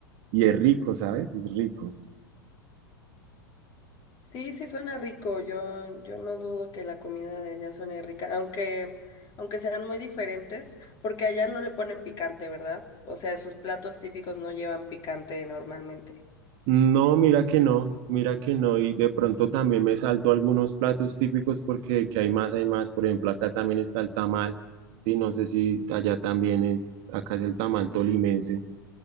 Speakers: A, on the right; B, on the left.
A: Y es rico, ¿sabes? Es rico.
B: Sí, sí suena rico. Yo, yo no dudo que la comida de allá suene rica, aunque, aunque sean muy diferentes, porque allá no le ponen picante, ¿verdad? O sea, sus platos típicos no llevan picante normalmente.
A: No, mira que no, mira que no. Y de pronto también me salto algunos platos típicos porque que hay más, hay más. Por ejemplo, acá también está el tamal. Sí, no sé si allá también es, acá es el tamal tolimense.